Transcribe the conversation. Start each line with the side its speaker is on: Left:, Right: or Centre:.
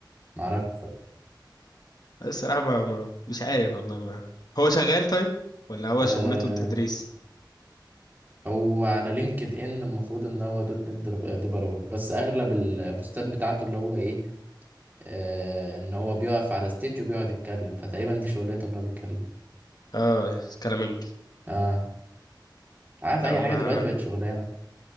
Right: ما اعرفش
Left: الصراحه ما, ما مش عارف والله ما هو شغال طيب ولا هو
Right: آه
Left: شغلته التدريس
Right: هو على لينكد ان المفروض ان هو دوت نت ديفلوبر بس اغلب البوستات بتاعته اللي هو ايه آه ان هو بيقف على ستيج وبيقعد يتكلم فتقريبا دي شغلته ان هو بيتكلم
Left: اه كلامنجي
Right: اه عارف
Left: لا
Right: اي
Left: ما
Right: حاجه دلوقتي بقت شغلانه